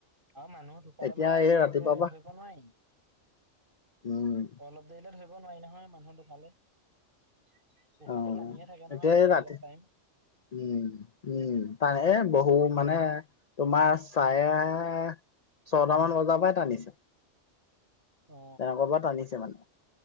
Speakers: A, on the right (about 45°); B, on the left (about 45°).
A: আৰু মানুহ ঢুকালে
B: এতিয়া
A: মানে
B: এই
A: চহজে
B: ৰাতিপুৱা পৰা
A: ধৰিব নোৱাৰি।
B: উম
A: অলপ দেৰিলে ধৰিব নোৱাৰি নহয় মানুহ ধুকালে। উশাহটো
B: অ
A: টানিয়ে থাকে নহয়
B: এতিয়া এই ৰাতি
A: অলপ টাইম।
B: উম, উম তাৰহে বহু মানে তোমাৰ ছাৰে ছটামান বজাৰ পৰাই টানিছে।
A: অ
B: তেনেকুৱা পৰা টানিছে মানে।